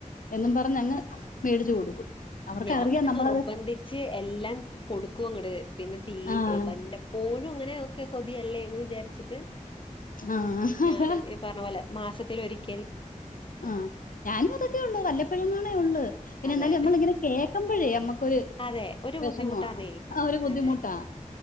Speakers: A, on the left (about 80°); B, on the left (about 40°).
A: എന്നും പറഞ്ഞ് അങ്ങ് മേടിച്ചു കൊടുക്കും അവർക്കറിയാം
B: ഞാൻ പിന്നെ
A: നമ്മളത്
B: നിർബന്ധിച്ച് എല്ലാം കൊടുക്കും അങ്ങട് പിന്നെ തീ
A: ആഹ്
B: വല്ലപ്പോ ഴും അങ്ങനെ ഒക്കെ കൊതിയല്ലേ എന്ന് വിചാരിച്ചിട്ട്
A: ആഹ്
B: ഞാനും
A: അപ്പ
B: ഈ പറഞ്ഞ പോലെ മാസത്തിൽ ഒരിക്കൽ
A: ആ ഞാനും അതൊക്കെ ഉള്ളു വല്ലപ്പലങ്ങളേ ഉള്ളൂ പിന്നെ
B: അതെ
A: എന്തായാലും നമ്മള് ഇങ്ങനെ കേക്കമ്പഴേ നമ്മക്കൊരു
B: അതെ ഒരു
A: വിഷമവാ
B: ബുദ്ധിമുട്ടാന്നേ.
A: ആ ഒരു ബുദ്ധിമുട്ടാ
B: അതെ